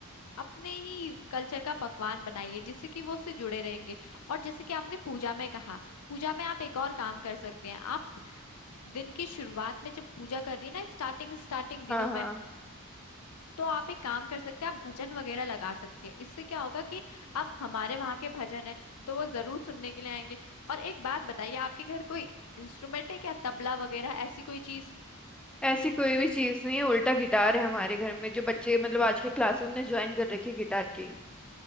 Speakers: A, on the left; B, in the centre.
A: अपने ही कल्चर का पकवान बनाइए जिससे कि वो उससे जुड़े रहेंगे और जैसे कि आपने पूजा में कहा पूजा में आप एक और काम कर सकते हैं आप दिन की शुरुआत में जब पूजा कर रही है ना स्टार्टिंग स्टार्टिंग दिनों
B: हाँ हाँ
A: में तो आप एक काम कर सकते हैं आप भजन वगैरह लगा सकते हैं इससे क्या होगा कि अब हमारे वहाँ के भजन है तो वो जरूर सुनने के लिए आएंगे और एक बात बताइए आपके घर कोई इंस्ट्रूमेंट है क्या तबला वगैरह ऐसी कोई चीज
B: ऐसी कोई भी चीज नहीं है उल्टा गिटार है हमारे घर में जो बच्चे मतलब आजकल क्लासेस में ज्वाइन कर रखी है गिटार की